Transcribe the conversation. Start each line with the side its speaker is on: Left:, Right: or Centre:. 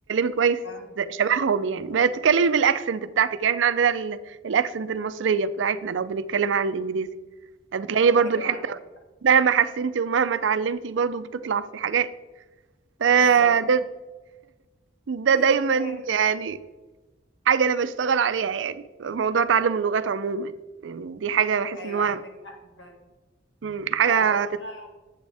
Right: كويس
Left: فاهمة.
Right: زي- شبههم يعني بتتكلمي بالاكسنت بتاعتك يعني احنا عندنا ال... الاكسنت المصريه بتاعتنا لو بنتكلم عن الانجليزي بتلاقيه
Left: <laughs>
Right: برضو
Left: ايوه
Right: الحته
Left: عندك حق.
Right: مهما حسنتي ومهما اتعلمتي برضو بتطلع في حاجات فده
Left: بالظبط
Right: <laughs> ده
Left: <laughs>
Right: دايما
Left: لازم
Right: يعني حاجة أنا بشتغل عليها يعني موضوع تعلم اللغات عموما يعني دي حاجة بحس
Left: ايوه
Right: إن هو
Left: عندك حق فعلا
Right: مم، حاجة
Left: لا هو انا
Right: تت...